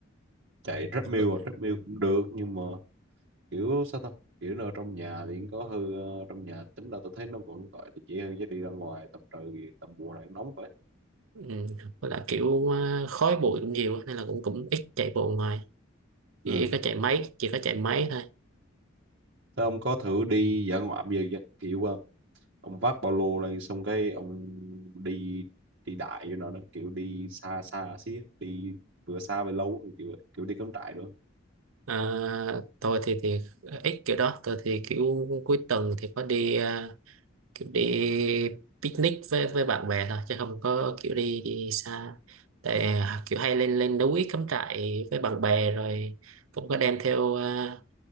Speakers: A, on the right (about 60°); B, on the right (about 80°).
A: chạy treadmill
B: Có-
A: à, treadmill cũng được nhưng mà kiểu sao ta kiểu nó trong nhà thì cũng có hư ờ, trong nhà tính là tôi thấy nó vẫn gọi là dễ hơn chứ đi ra ngoài tầm trời tầm mùa này nóng vậy
B: ừ, với là kiểu ờ, khói bụi cũng nhiều á, nên là cũng cũng ít chạy bộ ngoài chỉ
A: ừ.
B: có chạy máy chỉ có chạy máy thôi
A: Thế ông có thử đi dã ngoại bây giờ chưa? kiểu ờ, ông vác ba lô lên xong cái ông đi đi đại cho nó đó kiểu đi xa xa xí á, đi vừa xa về lâu kiểu kiểu đi cắm trại nữa
B: Ờ, tôi thì thì ít kiểu đó tôi thì kiểu cuối tuần thì có đi ờ, kiểu đi picnic với với bạn bè thôi chứ không có kiểu đi đi xa tại à, kiểu hay lên lên núi cắm trại với bạn bè rồi cũng có đem theo à,